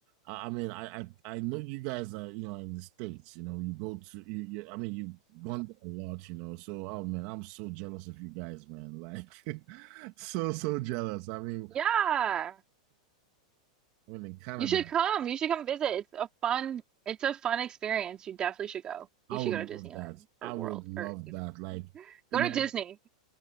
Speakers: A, on the right; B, on the right.
A: I mean, I, I I know you guys are, you know, in the States, you know, you go to you, you I mean, you've gone there a lot, you know. So, oh man, I'm so jealous of you guys, man. Like <laughs> so so jealous. I mean,
B: Yeah. Yeah.
A: I mean in Canada,
B: You should come. You should come visit. It's a fun, it's a fun experience. You definitely should go.
A: I
B: You should
A: would
B: go
A: love
B: to Disneyland
A: that.
B: or
A: I would
B: World
A: love
B: or either.
A: that. Like, you
B: Go
A: know,
B: to Disney.